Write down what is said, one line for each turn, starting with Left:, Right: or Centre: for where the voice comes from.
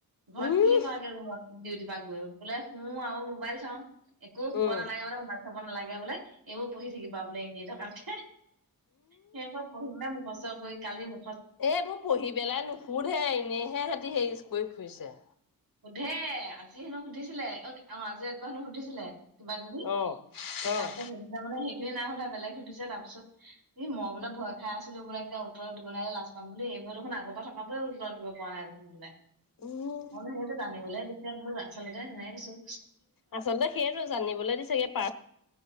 Right: ঘৰত
Left: উম,
Right: কি কে দিউ গৈ বোলে শো আৰু মোবাইল চাওঁ এক শুব
Left: উম,
Right: নাগ বোলে। থব নালাগে বোলে এইবোৰ পঢ়ি থাকিবা বোলে এনেই থককে সেই ক পঢ় না মোৰ ঘচ গ কালি ম
Left: এবোৰ পঢ়ি পেলাই নুশোধহে এনেইহে সিহঁতি হেৰি কৰি ফুৰিছে।
Right: সুধে আজি হেনো সুধিছিলে অ অ আজি একবাৰ হেনো সুধিছিলে। কিবা কিবি
Left: অ',
Right: তাৰপিছত
Left: অ',
Right: সেইটো তাৰ মানে সখিনি ন সধা বেলেগ সুধিছে তাৰ পিছত মই বোলে ভ খাই আছিলো বোলে ক উতৰত দিব নোৱাৰিল লাজ পাম বুলি এইবোৰ দেখোন আগৰ পৰা থকাটোও উত্তৰত দিব পৰা নাই দেখোন বোলে।
Left: উম!
Right: মান সেইটো জানিবলৈ দি মোৰ আচলতে নাই বছো
Left: আচলতে সেইয়টো জানিবলৈ দিছেগে <unintelligible>